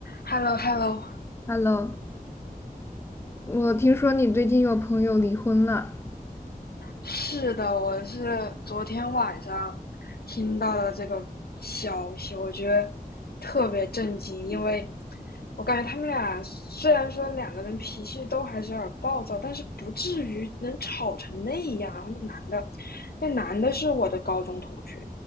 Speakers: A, on the left (about 80°); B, on the left (about 15°).
A: Hello Hello，
B: Hello，我听说你最近有朋友离婚了，
A: 是的，我是昨天晚上听到了这个消息，我觉得特别震惊，因为我感觉他们俩虽然说两个人脾气都还是有点暴躁，但是不至于能吵成那样。然后那男的，那男的是我的高中同学，